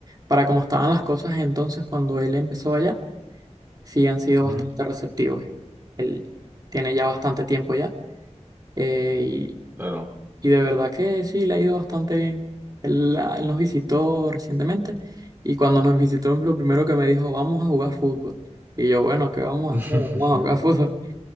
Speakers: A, on the right; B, on the right.
A: Para cómo estaban las cosas entonces cuando él empezó allá, sí han sido
B: Ujú.
A: bastante receptivos. Él tiene ya bastante tiempo ya eh, y,
B: claro.
A: y de verdad que sí, le ha ido bastante bien. Él, ah, él nos visitó recientemente y cuando nos visitó lo primero que me dijo, vamos a jugar fútbol. Y yo, bueno, ¿qué vamos
B: <laughs>
A: a hacer? Vamos a jugar fútbol